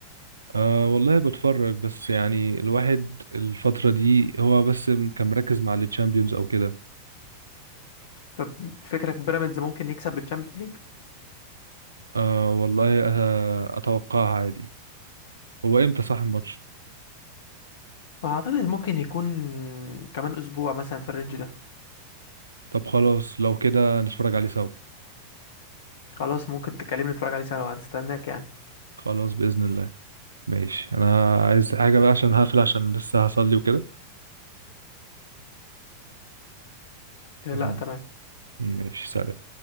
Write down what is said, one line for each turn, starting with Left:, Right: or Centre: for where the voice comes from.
Right: أه والله بتفرج بس يعني الواحد الفترة دي هو بس م- كان مركز مع التشامبيونز أو كده
Left: طب فكرك بيراميدز ممكن يكسب بالتشامبيونز ليج
Right: أه والله أه أتوقعها عادي هو إمتى صح الماتش؟
Left: اعتقد ممكن يكون كمان اسبوع مثلا في الرينج ده
Right: طب خلاص لو كده نتفرج عليه سوا
Left: خلاص ممكن تكلمني نتفرج عليه سنه وهنستناك يعني
Right: خلاص بإذن الله ماشي أنا عايز حاجة بقى عشان هقفل عشان لسه هصلي وكده
Left: لا
Right: م-
Left: تمام
Right: ماشي سلام